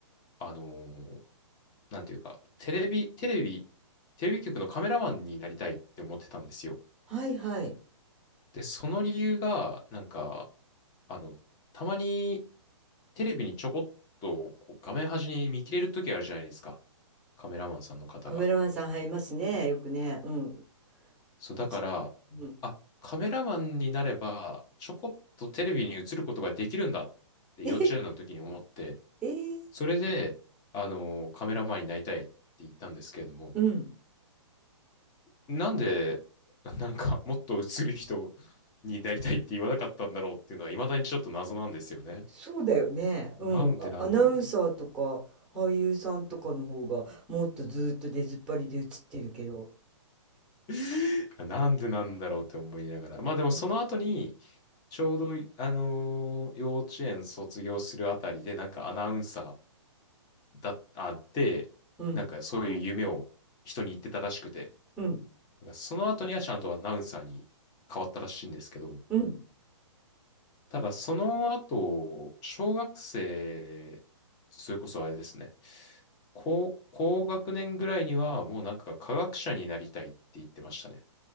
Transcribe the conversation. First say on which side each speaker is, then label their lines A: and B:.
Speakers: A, on the left; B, in the centre.
A: あのーなんていうか、テレビ、テレビ、テレビ局のカメラマンになりたいって思ってたんですよ。
B: はいはい。
A: で、その理由が、なんか、あの、たまにテレビにちょこっとこう画面端に見切れる時あるじゃないですか。カメラマンさんの方が。
B: カメラマンさん入りますね。よくね。うん。
A: そう、だから、
B: うつ、うん。
A: あ、カメラマンになれば、ちょこっとテレビに映ることができるんだって幼稚園の時に思って、
B: え、えー
A: それで、あの、カメラマンになりたいって言ったんですけれども、
B: うん。
A: なんで、なんか、もっと映る人になりたいって言わなかったんだろうっていうのは、未だにちょっと謎なんですよね。
B: そうだよね。うん。
A: なんでなんだろうって。
B: あ、アナウンサーとか俳優さんとかの方がもっとずーっと出ずっぱりで映ってるけど。
A: <laughs> なんでなんだろうって思いながら。まあでもその後に、
B: うん。
A: ちょうど、あのー幼稚園卒業するあたりで、なんかアナウンサーだ、あって、
B: うん。
A: なんかそういう夢を人に言ってたらしくて、
B: うん。
A: だからその後にはちゃんとアナウンサーに変わったらしいんですけど、
B: うん。
A: ただその後、小学生、それこそあれですね、高、高学年ぐらいにはもうなんか科学者になりたいって言ってましたね。